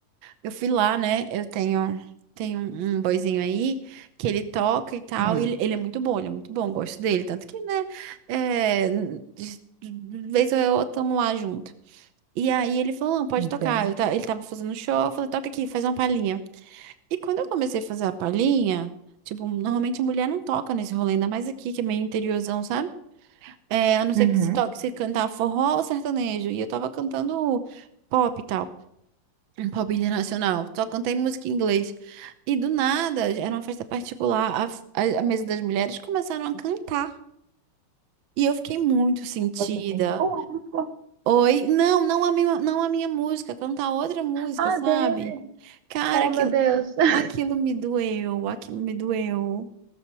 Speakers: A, on the right; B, on the right.
A: eu fui lá, né? Eu tenho, tenho um, um boyzinho aí que ele toca e tal.
B: Hum,
A: e ele, ele é muito bom, ele é muito bom, gosto dele. Tanto que, né? É, de de vez ou outra, tamo lá junto. E aí ele falou: não, pode
B: entendo.
A: tocar. Eu ta- ele tava fazendo show, eu falei: toca aqui, faz uma palhinha. E quando eu comecei a fazer a palhinha, tipo, normalmente mulher não toca nesse rolê, ainda mais aqui, que é meio interiorzão, sabe? É, a não ser
B: Uhum.
A: que se toque, se cantar forró ou sertanejo. E eu tava cantando pop e tal. um Pop internacional. Só cantei música em inglês. E do nada, era uma festa particular. A, f- a, a mesa das mulheres começaram a cantar. E eu fiquei muito sentida.
B: Você tem público.
A: Oi, não, não a minha, não a minha música, cantar outra música,
B: Ah,
A: sabe?
B: Deus.
A: Cara,
B: Oh,
A: aquilo,
B: meu Deus. <laughs>
A: aquilo me doeu, aquilo me doeu.